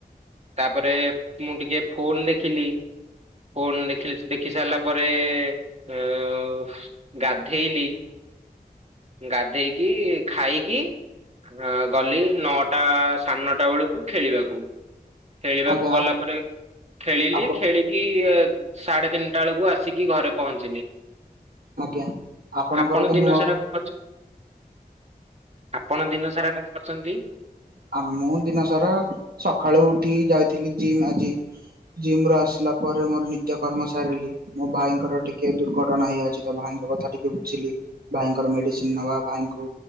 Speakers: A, on the right; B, on the right.
A: ତାପରେ ମୁଁ ଟିକେ ଫୋନୁ ଦେଖିଲି। ପୁନ ଦେଖିଲିଶ ଦେଖି ସାରିଲା ପରେ ଅ ଗାଧେଇଲି ଗାଧେଇକି ଖାଇକି ଆଁ ଗଲି ନଅଟା ସାଢ଼େ ନଅଟା ବେଳକୁ ଖେଳିବାକୁ ଖେଳିବାକୁ
B: ଆଜ୍ଞା
A: ଗଲା ପରେ ଖେଳିଲି
B: ଆପଣ
A: ଖେଳିକି ସାଢେ ତିନିଟା ବେଳକୁ ଆସିକି ଘରେ ପହଞ୍ଚିଲି।
B: ଆଜ୍ଞା ଆପଣଙ୍କର
A: ଆପଣ
B: ତ
A: ଦିନ
B: ନୂଆ
A: ସାରା କଣ କରୁଚୁ? ଆପଣ ଦିନ ସାରା କଣ କରିଚନ୍ତି?
B: ଆ ମୁଁ ଦିନ ସାରା ସକାଳୁ ଉଠି ଯାଇଥିଲି ଜିମ ଆଜି ଜିମ ରୁ ଆସି ଲା ପରେ ମୋର ନିତ୍ୟ କର୍ମ ସାରିଲି ମୋ ଭାଇଙ୍କର ଟିକେ ଦୁର୍ଘଟଣା ହେଇ ଯାଇଚି ତ ଭାଇଙ୍କ କଥା ଟିକେ ବୁଝି ଇ ଭାଇଙ୍କର ମେଡିସିନ ନବା ଭାଇଙ୍କୁ